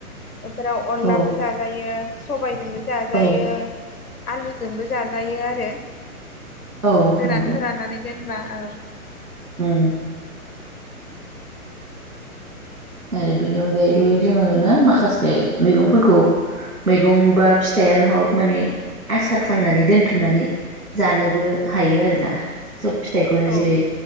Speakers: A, on the left; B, on the right.
A: बेफोराव अनलाबो
B: औ
A: जाजायो । सबाय जोंबो जाजायो
B: औ
A: आलुजोंबो जाजायो आरो ।
B: औ
A: गोरान
B: नंगौ
A: फोराननानै दोनबा औ।
B: उम। आरो बिनि अनगायैबो जोङो ना माखासे मैगंफोरखौ मैगं बा फिथायानो हग माने आसार खालामनानै दोनथुमनानै जानोबो हायो आरोना। सब फिथाइखौनो
A: औ
B: जेरै